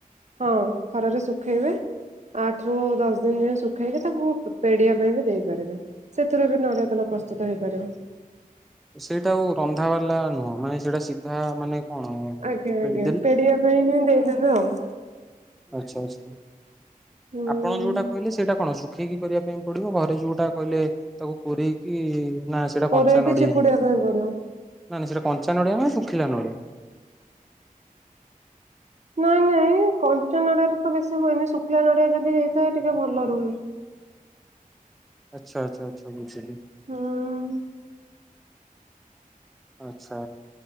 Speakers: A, on the right (about 50°); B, in the centre.
A: ହଁ ଖରାରେ ଶୁଖେଇବେ। ଆଠରୁ ଦଶ ଦିନ ଯାଏ ଶୁଖେଇକି ତାକୁ ପେଡ଼ିବା ପାଇଁ ବି ଦେଇପାରିବା ସେଥିରେ ବି ନଡ଼ିଆ ତେଲ ତେଲ ପ୍ରସ୍ତୁତ ହେଇପାରିବ।
B: ସେଇଟା ଆଉ ରନ୍ଧା ବାଲା ନୁହଁ ମାନେ ସେଇଟା ସିଧା ମାନେ କଣ
A: ଆଜ୍ଞା
B: ପେଡି
A: ଆଜ୍ଞା ପେଡ଼ିବା ପାଇଁ ହିଁ ଦେଇଦେବେ ଆଉ
B: ଆଚ୍ଛା ଆଚ୍ଛା
A: ହୁଁ
B: ଆପଣ ଯୋଉଁଟା କହିଲେ ସେଇଟା କଣ ରଖେଇକି କରିବା ପାଇଁ ପଡ଼ିବ ଘରେ ଯୋଉଁଟା କହିଲେ ତାକୁ କୋରେଇକି ନା ସେଟା
A: କୋରେଇକି
B: କଞ୍ଚା ନଡ଼ିଆ
A: ଚିପୁଡିବା
B: ହିଁ ନା
A: ପାଇଁ ପଡିବ
B: ନା ସେଇଟା କଞ୍ଚା ନଡ଼ିଆ ଶୁଖିଲା। ଶୁଖିଲା ନଡ଼ିଆ।
A: ନାଇଁ ନାଇଁ। କଞ୍ଚା ନଡ଼ିଆ ର ତ ବେଶୀ ହୁଏନି ଶୁଖିଲା ନଡ଼ିଆ ଯଦି ହେଇଥାଏ। ଟିକେ ଭଲ ରୁହେ।
B: ଆଚ୍ଛା ଆଚ୍ଛା ଆଚ୍ଛା ବୁଝିଲି।
A: ହଁ।
B: ଆଚ୍ଛା